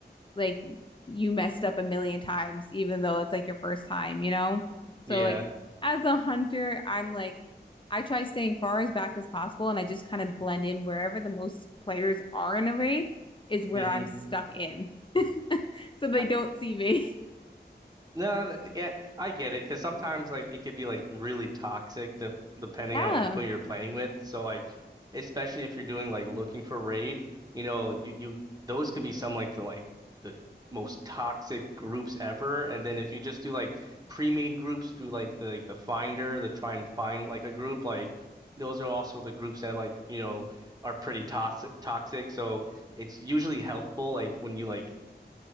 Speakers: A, on the left; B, on the right.
A: like you messed up a million times, even though it's like your first time, you know? So
B: Yeah.
A: like as a hunter, I'm like I try staying far as back as possible and I just kind of blend in wherever the most players are in a raid is where
B: hmm
A: I'm stuck in. <laughs> So they
B: <laughs>
A: don't see me.
B: No, th- yeah, I get it because sometimes like it could be like really toxic de depending
A: Yeah.
B: on like who you're playing with. So like, especially if you're doing like looking for raid, you know, you you those can be some like the like the most toxic groups ever. And then if you just do like pre-made groups through like the like the finder, the try and find like a group, like those are also the groups that like you know are pretty toxic toxic. So it's usually helpful like when you like